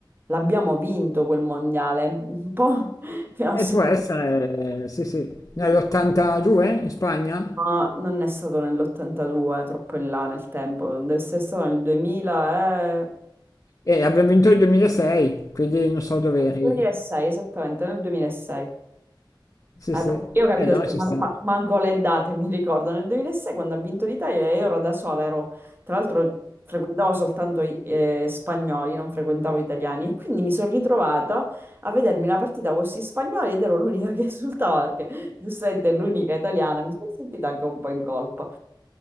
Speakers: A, on the right; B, on the left.
A: l'abbiamo vinto quel mondiale, un po' <laughs> mi ha ossessionato,
B: E può essere, sì, sì, nell'82 in Spagna
A: ma non è stato nell'82, troppo in là nel tempo, deve essere stato nel 2006,
B: e abbiamo vinto il 2006, quindi non so dove eri.
A: 2006, esattamente nel 2006.
B: Sì,
A: Ah,
B: sì,
A: perché
B: e
A: Io ho capito,
B: allora
A: cioè,
B: ci
A: ma-
B: sta.
A: ma- manco le date mi ricordo. Nel 2006 quando ha vinto l'Italia io ero da sola, ero, tra l'altro frequentavo soltanto i- eh, spagnoli, non frequentavo italiani e quindi mi sono ritrovata a vedermi la partita con questi spagnoli ed ero l'unica che esultava perché giustamente è l'unica italiana, mi sono sentita anche un po' in colpa.